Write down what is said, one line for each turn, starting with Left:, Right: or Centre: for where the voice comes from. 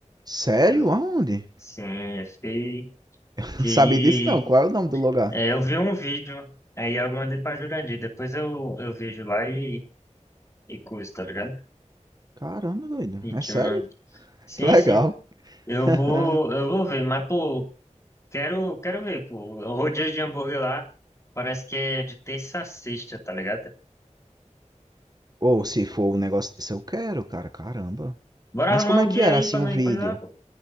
Right: Sério?
Left: Aí eu-
Right: Aonde?
Left: Sim, eu fiquei. Que
Right: Não sabia disso não. Qual é o nome do lugar?
Left: é, eu vi um vídeo, aí eu mandei pra Jurandir. Depois eu, eu vejo lá e, e coisa, tá ligado?
Right: Caramba, doido.
Left: E
Right: É
Left: te
Right: sério?
Left: mando. Sim,
Right: Que legal.
Left: sim. Eu
Right: <laughs>
Left: vou, eu vou ver, mas pô, quero, quero ver, pô. O rodízio de hambúrguer lá parece que é de terça a sexta, tá ligado?
Right: Ou se for um negócio desse, eu quero, cara. Caramba.
Left: Bora
Right: Mas
Left: arrumar
Right: como é
Left: um
Right: que
Left: dia
Right: era
Left: aí
Right: assim
Left: pra
Right: o
Left: não
Right: vídeo?
Left: ir coisa lá, pô.